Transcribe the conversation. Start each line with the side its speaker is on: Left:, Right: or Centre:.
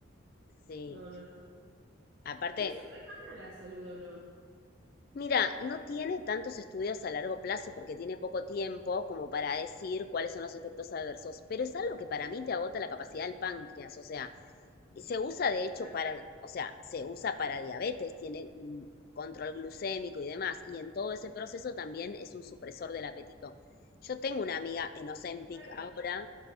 Left: Sí.
Right: No, no, no.
Left: Aparte,
Right: ¿Y hace re mal a la salud o no?
Left: Mira, no tiene tantos estudios a largo plazo porque tiene poco tiempo como para decir cuáles son los efectos adversos, pero es algo que para mí te agota la capacidad del páncreas, o sea, se usa de hecho
Right: Claro.
Left: para, o sea, se usa para diabetes, tiene mm, control glucémico y demás, y en todo ese proceso también es un supresor del apetito. Yo tengo una amiga en Ozempic
Right: Claro.
Left: ahora